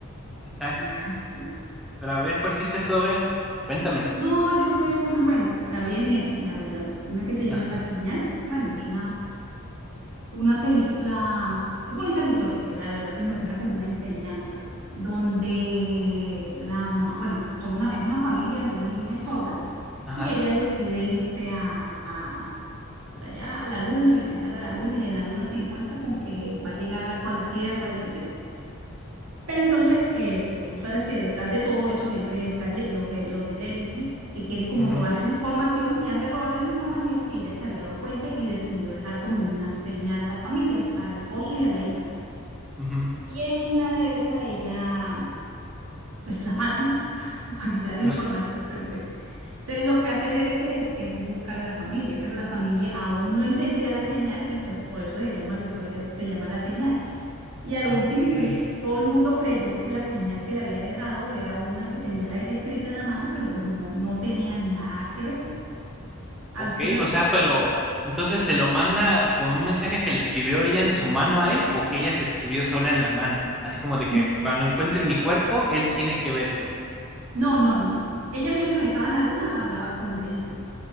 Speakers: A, in the centre; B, on the right (about 75°).
A: Exacto.
B: Ay, sí.
A: Pero a ver, ¿cuál fuiste tú a ver? Cuéntame.
B: No, yo fui una, bueno, la vi en Netflix, la verdad. Una que se llama
A: Ah,
B: La Señal. Bueno, es una Una película, es bonita la historia, que la verdad pues nos deja como una enseñanza, donde la mamá, bueno, son una, es una familia de una niña sorda
A: Ajá.
B: y ella decide irse a, a- por allá a la luna, visitar a la luna y en la luna se encuentra con que va a llegar algo a la Tierra y así. Pero entonces, eh, pues tú sabes que detrás de todo eso siempre están los, eh, los del la élite que quieren como
A: ujú,
B: robarle la información y antes de robarle la información, ella se había dado cuenta y decidió dejar como una señal a la familia, al, al esposo y a la hija.
A: ujú,
B: Y en una de esas ella, pues la matan <laughs> para quitarle la
A: ah,
B: información, pero pues... Entonces lo que hace el élite es, es buscar a la familia, pero la familia aún no entendía la señal y pues por eso se llama la historia, se llama la señal. Y a lo
A: Ok.
B: último, pues todo el mundo creyó que la señal que le había dejado era una que tenía la hija escrita en la mano, pero pues no, no tenía nada que ver. Al
A: Ok,
B: fin y al
A: o sea,
B: cabo,
A: pero entonces se lo manda con un mensaje que le escribió ella en su mano a él o que ella se escribió sola en la mano. Así como de que
B: n-
A: cuando encuentre mi cuerpo, él tiene que verlo.
B: no, no, no, no. Ella mientras estaba en la luna hablaba con la hija